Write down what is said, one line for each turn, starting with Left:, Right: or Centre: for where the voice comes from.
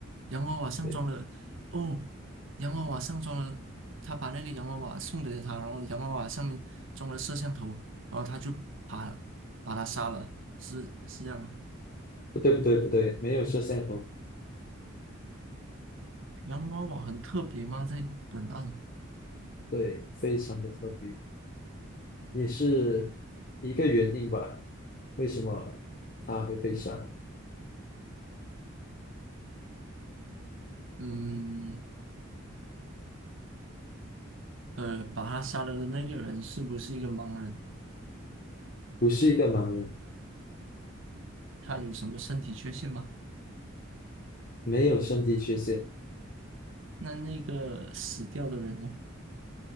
Right: 洋娃娃上装了，
Left: 对，
Right: 哦，洋娃娃上装了，他把那个洋娃娃送给了他，然后洋娃娃上面装了摄像头，然后他就把把他杀了，是是这样吗？
Left: 不对不对不对，没有摄像头。
Right: 洋娃娃很特别吗？在本案，
Left: 对，非常的特别，也是一个原因吧。为什么他会被杀？
Right: 嗯，呃，把他杀了的那个人是不是一个盲人？
Left: 不是一个盲人，
Right: 他有什么身体缺陷吗？
Left: 没有身体缺陷，
Right: 那那个死掉的人呢？